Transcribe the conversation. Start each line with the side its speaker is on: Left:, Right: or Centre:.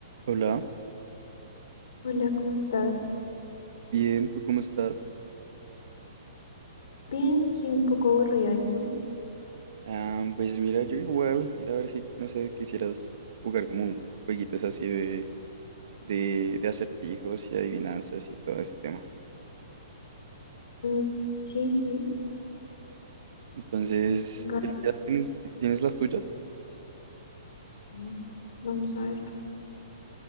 Right: Hola,
Left: Hola, ¿cómo estás?
Right: bien, ¿tú cómo estás?
Left: Bien, aquí un poco aburrida, ¿y tú?
Right: Ah, pues mira, yo igual, era a ver si, no sé, quisieras jugar como un jueguitos así de, de, de acertijos y adivinanzas y todo ese tema.
Left: Mm, sí, sí,
Right: Entonces,
Left: venga,
Right: ¿ya, ya tienes, ti- tienes las tuyas?
Left: mm, vamos a ver.